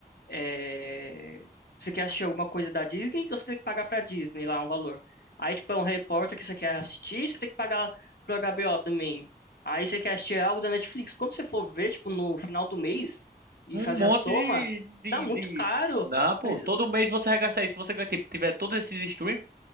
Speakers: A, on the left; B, on the right.
A: é, você quer assistir alguma coisa da Disney, você tem que pagar pra Disney lá um valor. Aí, tipo, é um Harry Potter que você quer assistir, você tem que pagar pro HBO também. Aí você quer assistir algo da Netflix. Quando você for ver, tipo, no final do mês e
B: Um
A: fazer
B: monte
A: a soma,
B: de, de,
A: dá muito
B: de...
A: caro.
B: Dá, pô.
A: Ex-
B: Todo mês você vai gastar isso. Se você tipo, tiver todos esses streams,